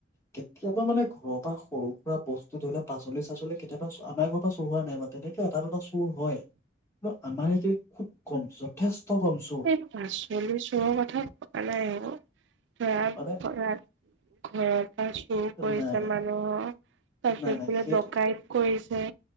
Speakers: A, on the left; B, on the right.
A: কেতিয়াবা মানে ঘৰত বা সৰু সুৰা বস্তু ধৰি লোৱা পাচলি, চাচলি কেতিয়াবা আনা গম চুৰ হোৱা নাই, বাত তেনেকে এটা দুটা <unintelligible> চুৰ হয়। অ আমাৰ হেখিনীত খুব কম যথেষ্ট কম চুৰ
B: এই পাচলি চোৰৰ কথা কোৱাঁ নাই অ। <unintelligible>
A: মানে
B: <unintelligible> চুৰ কৰিছে
A: নাই নাই
B: মানুহৰ। তাৰ
A: নাই
B: পিচত
A: নাই
B: বোলে
A: সেইটো
B: ডকাইত কৰিছে টে